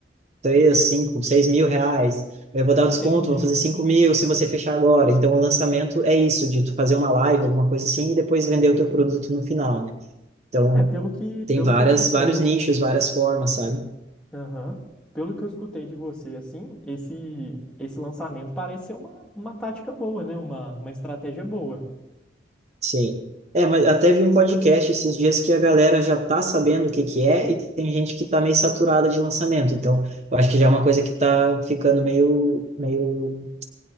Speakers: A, on the right (about 40°); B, in the centre.
A: três, cinco, seis mil reais. Eu vou dar
B: entendi.
A: o desconto, vou fazer cinco mil se você fechar agora. Então, o lançamento é isso, de tu fazer uma live, alguma coisa assim, e depois vender o teu produto no final, né? Então,
B: É, pelo que,
A: tem
B: pelo
A: várias,
B: que eu escutei
A: vários
B: assim,
A: nichos, várias formas, sabe?
B: aham, pelo que eu escutei de você assim, esse esse lançamento parece ser uma, uma tática boa, né? Uma, uma estratégia boa
A: Sim. É, mas até vi um podcast esses dias que a galera já tá sabendo o que que é e tem gente que tá meio saturada de lançamento. Então, eu acho que já é uma coisa que tá ficando meio, meio